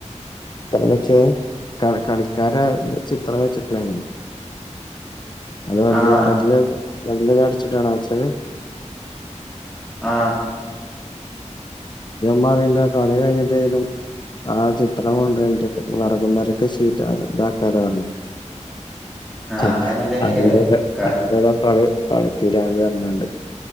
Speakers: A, on the left (about 35°); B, in the centre.
A: ചിത്രം വെച്ച് ക കളിക്കാര ചിത്രം വെച്ചിട്ടില്ലാണ് അത് വല്ിയ
B: ആഹ്
A: വല്ിയ വലത അടിച്ചിട്ടാണ വെച്ചത്
B: ആഹ്
A: മാറീണ്ട കളി കഴിഞ്ഞിട്ടാലും ആ ചിട്ടണം കൊണ്ടട്ട് വറകം വരക്കീറ്റ ഇതാക്കാല
B: ആഹ്
A: അ
B: അതങ്ങനെ തന്നെയ്ക്കാരം
A: അന്തടെക്കള്
B: ക
A: കളിപ്പര ഇറങ്ങാണ്ട്